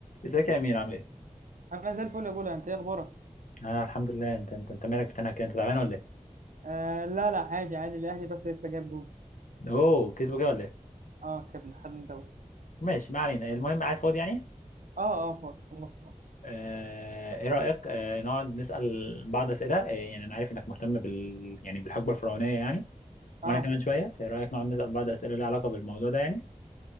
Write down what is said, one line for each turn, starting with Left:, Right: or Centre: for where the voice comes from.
Left: ازيك يا امير عامل ايه؟
Right: انا زي الفل يا بولا انت ايه اخبارك
Left: اه الحمد لله انت انت انت مالك بتنهك كده انت تعبان ولا ايه؟
Right: آه لا لا عادي عادي الاهلي بس لسه جاب جول
Left: اوه كسبه كده ولا ايه؟
Right: اه كسبنا خدنا الدوري
Left: ماشي ما علينا المهم قاعد فاضي يعني
Right: اه اه فاضي خلصت خلاص
Left: آه ايه رايك آه نقعد نسال بعض اسئله آه يعني انا عارف انك مهتم بال يعني بالحقبه الفرعونيه يعني وانا
Right: اه
Left: كمان شويه فايه رايك نقعد نسال بعض اسئله ليها علاقه بالموضوع ده يعني